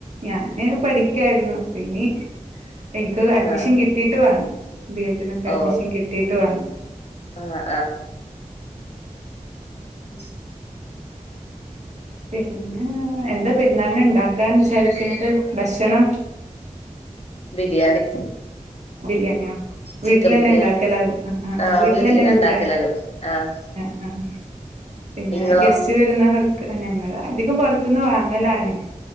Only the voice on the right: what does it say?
ഞാന് പഠിക്കായിരുന്നു അപ്പൊ ഇനി ൻക്ക് അഡ്മിഷൻ
കിട്ടീട്ട് വേണം ബി എഡ് നൊക്കെ അഡ്മിഷൻ
കിട്ടിട്ട് വേണം
പിന്നെ എന്താ പെരുന്നാളിന് ഉണ്ടാക്കാന് വിചാരിക്കുന്നത് ഭക്ഷണം
ബിരിയാണിയോ വീട്ടിൽന്നെണ്ടാക്കല
ആ്
ആ് വീട്ടിൽന്നെണ്ട്
ആ ആ പിന്നെ
ഗസ്റ്റ് വരുന്നവർക്ക് ഞങ്ങൾ അധികം പുറത്തൊന്ന് വാങ്ങലാണ്